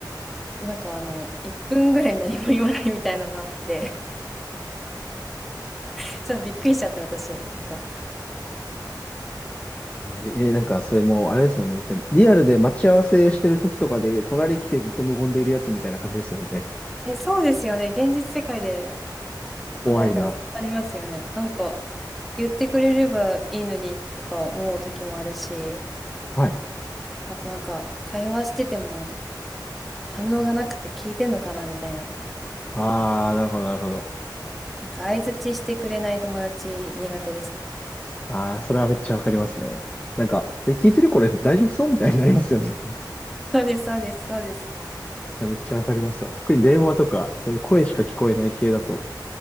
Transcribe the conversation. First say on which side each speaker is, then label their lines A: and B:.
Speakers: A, in the centre; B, on the left (about 20°).
A: なんかあの、1分ぐらい何も言わないみたいなのあって、<laughs> ちょっとびっくりしちゃって私。なんか、
B: えーえーなんか、それもう、あれですもんね。だって、リアルで待ち合わせしてる時とかで、隣来てずっと無言でいるやつみたいな感じですもんね。
A: え、そうですよね。現実世界で
B: 怖いな。
A: 捉えたらそうなりますよね。なんか、言ってくれればいいのにとか思う時もあるし、
B: はい。
A: あとなんか、会話してても反応がなくて聞いてんのかなみたいな。
B: ああ、なるほど、なるほど。
A: なんか相槌してくれない友達苦手ですね。
B: ああ、それはめっちゃわかりますね。なんか、え、聞いてるこれ大丈夫そうみたいになりますよね。<laughs>
A: <laughs> そうです、そうです、そうです。
B: いやめっちゃわかりますわ。特に電話とか、そういう声しか聞こえない系だと、